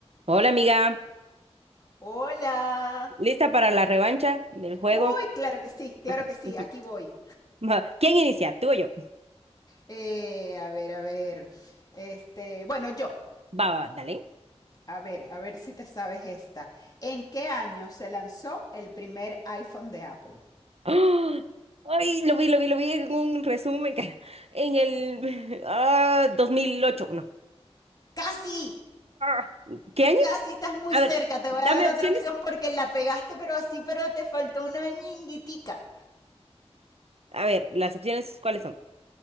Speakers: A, on the right; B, on the left.
A: Hola amiga,
B: Hola.
A: ¿lista para la revancha del juego?
B: Uy, claro que sí, claro
A: <laughs>
B: que sí, aquí voy.
A: Ma- ¿Quién inicia? ¿Tú o yo?
B: Eh, a ver, a ver. Este, bueno, yo.
A: Va, va, va, dale.
B: A ver, a ver si te sabes esta. ¿En qué año se lanzó el primer iPhone de Apple?
A: ¡Ah! Ay, lo vi, lo vi, lo vi en un resumen que- en el <laughs> ah, 2008. no.
B: Casi,
A: Ah, ¿Qué año?
B: casi estás muy
A: A
B: cerca.
A: ver,
B: Te
A: dame
B: voy a dar otra
A: opciones.
B: opción porque la pegaste, pero así, pero te faltó una ñinguitica.
A: A ver, las opciones, ¿cuáles son?